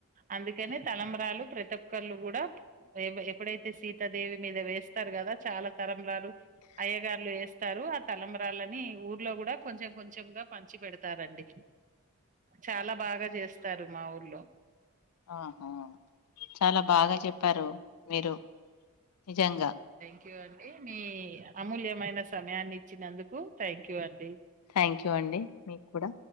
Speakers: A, on the right; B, on the left.
A: అందుకనే తలంబ్రాలు ప్రతిఒక్కలు కూడా ఎప్పుడైతే సీతాదేవి మీద వేస్తారు కదా చాలా తలంబ్రాలు అయ్యగార్లు వేస్తారు ఆ తలంబ్రాలని ఊర్లో కూడా కొంచెం కొంచెంగా పంచి పెడతారండి చాలా బాగా చేస్తారు మాఊర్లో
B: ఆహా చాలా బాగా చెప్పారు మీరు నిజంగా
A: క్యూ అండి మీ అమూల్యమైన సమయాన్ని ఇచ్చినందుకు థ్యాంక్ యూ అండి
B: థ్యాంక్ యూ అండి మీకు కూడా